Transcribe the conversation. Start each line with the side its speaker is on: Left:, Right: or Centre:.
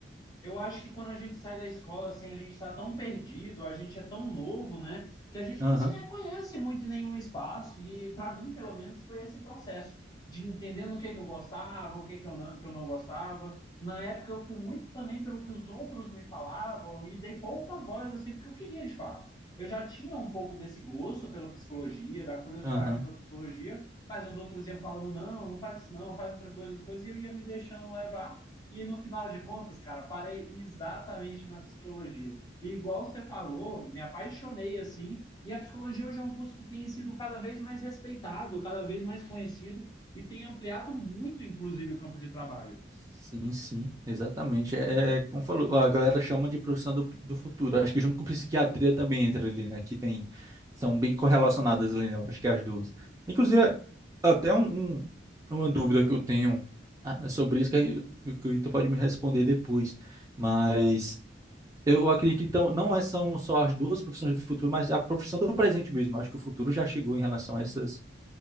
Left: Eu acho que quando a gente sai da escola, assim, a gente está tão perdido, a gente é tão novo, né, que a gente
Right: Aham,
Left: não se reconhece muito em nenhum espaço. E para mim, pelo menos, foi esse processo de entendendo o que que eu gostava, o que que eu não, que eu não gostava. Na época, eu fui muito também pelo que os outros me falavam e dei pouca voz, assim, porque eu queria, de fato. Eu já tinha um pouco desse gosto pela psicologia, da curiosidade
Right: aham.
Left: pela psicologia, mas os outros iam falando, não, não faz isso não, faz outra coisa, outra coisa, e eu ia me deixando levar e no final de contas, cara, parei exatamente na psicologia. E igual você falou, me apaixonei assim. E a psicologia hoje é um curso que tem sido cada vez mais respeitado, cada vez mais conhecido e tem ampliado muito, inclusive, o campo de trabalho.
Right: Sim, sim, exatamente. É, é, é como falou, a galera chama de profissão do, do futuro. Acho que junto com psiquiatria também entra ali, né? Que tem, são bem correlacionadas ali, né? eu Acho que as duas. Inclusive, até um, um- uma dúvida que eu tenho ah, é sobre isso, que aí o que o tu pode me responder depois. Mas eu acredito que então, não é, são só as duas profissões do futuro, mas a profissão do presente mesmo. Acho que o futuro já chegou em relação a essas